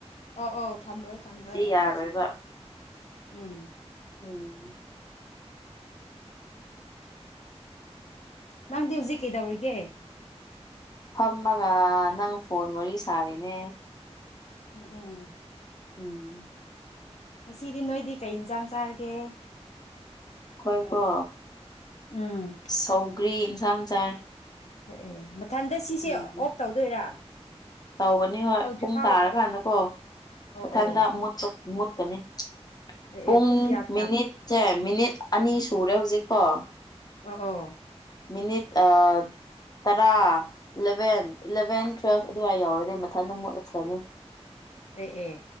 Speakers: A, on the left; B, on the left.
A: ꯑꯣ ꯑꯣ ꯊꯝꯃꯔꯣꯏ ꯊꯝꯃꯔꯣꯏ ꯎꯝ
B: ꯌꯥꯔꯣꯏꯕ
A: ꯎꯝ ꯎꯝ
B: ꯎꯝ
A: ꯅꯪꯗꯤ ꯍꯧꯖꯤꯛ ꯀꯩꯗꯧꯔꯤꯒꯦ꯫
B: ꯐꯝꯃꯒ ꯅꯪ ꯐꯣꯟ ꯋꯥꯔꯤ ꯁꯥꯔꯤꯅꯦ
A: ꯎꯝ ꯎꯝ
B: ꯎꯝ
A: ꯉꯁꯤꯗꯤ ꯅꯣꯏꯗꯤ ꯀꯩ ꯌꯦꯟꯁꯥꯡ ꯆꯥꯔꯒꯦ꯫
B: ꯑꯩꯈꯣꯏꯀꯣ
A: ꯎꯝ
B: ꯁꯧꯒ꯭ꯔꯤ ꯌꯦꯟꯁꯥꯡ ꯆꯥꯏ꯫
A: ꯑꯦ ꯃꯊꯟꯗ ꯁꯤꯁꯦ
B: ꯎꯝ
A: ꯑꯣꯐ ꯇꯧꯗꯣꯏꯔꯥ꯫
B: ꯇꯧꯒꯅꯤ ꯍꯣꯏ
A: ꯍꯧꯗ꯭ꯔꯤꯐꯥꯎ
B: ꯄꯨꯡ ꯇꯥꯔꯀꯥꯟꯗꯀꯣ
A: ꯑꯣ
B: ꯃꯊꯟꯇ
A: ꯑꯣ
B: ꯃꯨꯠꯀꯅꯤ꯫
A: ꯑꯦ
B: ꯄꯨꯡ
A: ꯑꯦ ꯀꯌꯥ ꯀꯌꯥ
B: ꯃꯤꯅꯤꯠꯁꯦ ꯃꯤꯅꯤꯠ ꯑꯅꯤ ꯁꯨꯔꯦ ꯍꯧꯖꯤꯛꯀꯣ꯫
A: ꯑ ꯑꯣ
B: ꯃꯤꯅꯤꯠ ꯑꯥ ꯇꯔꯥ ꯏꯂꯚꯦꯟ ꯏꯂꯚꯦꯟ ꯇꯨꯋꯦꯜ ꯑꯗꯨꯋꯥꯏ ꯌꯥꯎꯔꯗꯤ ꯃꯊꯟꯇ ꯑꯃ ꯃꯨꯠꯂꯛꯈ꯭ꯔꯅꯤ
A: ꯑꯦ ꯑꯦ